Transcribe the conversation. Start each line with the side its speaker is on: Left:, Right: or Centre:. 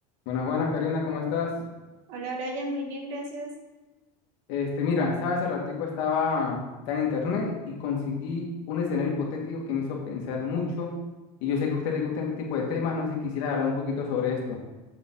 Left: Buenas, buenas, Karina, ¿cómo estás?
Right: Hola, Brian, muy bien, gracias.
Left: Este, mira, sabes, hace ratico estaba está en internet y conseguí un escenario hipotético que me hizo pensar mucho y yo sé que a usted le gustan este tipo de temas, no sé si quisiera hablar un poquito sobre esto.